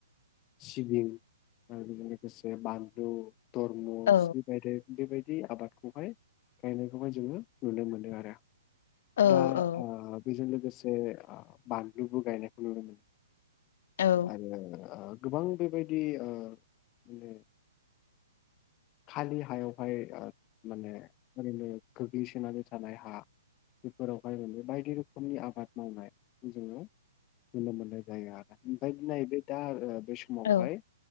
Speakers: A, on the left; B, on the left.
A: सिबिं आरो बेजों लोगोसे बानलु धर्म
B: औ
A: सि बायदि बेबायदि आबादखौहाय गायनायखौहाय जोङो नुनो मोनो आरो
B: औ
A: दा बेजों लोगोसे बानलुबो गायनायखौ नुनो मोनो
B: औ
A: आरो गोबां बेबायदि माने खालि हायावहाय माने ओरैनो गोग्लैसोनानै थानाय हा बेफोरावहाय माने बायदि रोखोमनि आबाद मावनाय जोङो नुनो मोननाय जायो आरो ओमफ्राय नैबे दा बे समावहाय
B: औ